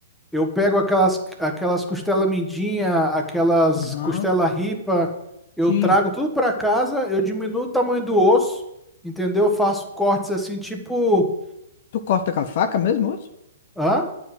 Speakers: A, in the centre; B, on the left.
A: eu pego aquelas, aquelas costela mindinha, aquelas
B: Aham.
A: costela ripa, eu
B: Sim.
A: trago tudo pra casa, eu diminuo o tamanho do osso, entendeu? Eu faço cortes assim, tipo,
B: Tu corta com a faca mesmo o osso?
A: hã?